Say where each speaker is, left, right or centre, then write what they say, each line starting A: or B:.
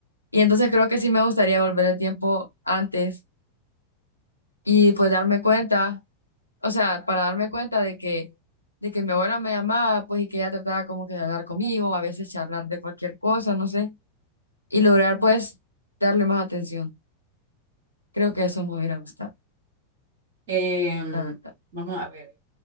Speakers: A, on the left (about 85°); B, on the right (about 50°).
A: Y entonces creo que sí me gustaría volver el tiempo antes y pues darme cuenta, o sea, para darme cuenta de que de que mi abuela me llamaba, pues, y que ella trataba como que de hablar conmigo, a veces charlar de cualquier cosa, no sé, y lograr, pues, darle más atención. Creo que eso me hubiera gustado,
B: Em,
A: la verdad.
B: vamos a ver,